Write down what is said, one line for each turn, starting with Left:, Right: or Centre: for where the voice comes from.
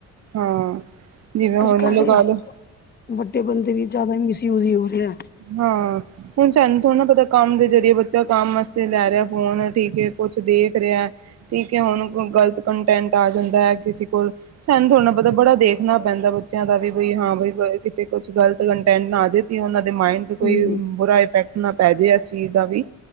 Right: ਹਾਂ। ਜਿਵੇਂ ਹੁਣ
Left: ਅੱਜ-ਕੱਲ
Right: ਲਗਾ
Left: ਦੇ
Right: ਲੋ
Left: ਵੱਡੇ ਬੰਦੇ ਵੀ ਜ਼ਿਆਦਾ ਮਿਸਯੂਜ ਹੀ ਹੋ ਰਹੇ ਹੈ।
Right: ਹਾਂ। ਹੁਣ ਸਾਨੂੰ ਥੋੜਾ ਪਤਾ ਕੰਮ ਦੇ ਜਰੀਏ ਬੱਚਾ ਕੰਮ ਵਾਸਤੇ ਲੈ ਰਿਹਾ ਫੋਨ ਠੀਕ ਕੁਛ ਦੇਖ ਰਿਹਾ ਹੈਂ। ਠੀਕ ਹੈ ਹੁਣ ਗਲਤ ਕੰਟੈਂਟ ਆ ਜਾਂਦਾ ਹੈ ਕਿਸੇ ਕੋਲ। ਸਾਨੂੰ ਥੋੜਾ ਨਾ ਪਤਾ ਬੜਾ ਦੇਖਣਾ ਪੈਂਦਾ ਵੇ। ਬੱਚਿਆਂ ਦਾ ਵੀ ਬਈ ਹਾਂ ਬਈ ਕਿਤੇ ਕੁੱਛ ਗ਼ਲਤ ਕੰਟੈਂਟ ਨਾ ਆ ਜਾਵੇ ਬਈ ਉਹਨਾਂ ਦੇ ਮਾਈੰਡ ਤੇ ਕੋਈ
Left: ਹਮ ਹਮ
Right: ਬੁਰਾ ਇਫੈਕਟ ਨਾ ਪੈ ਜਾਏ ਇਸ। ਚੀਜ਼ ਦਾ ਵੀ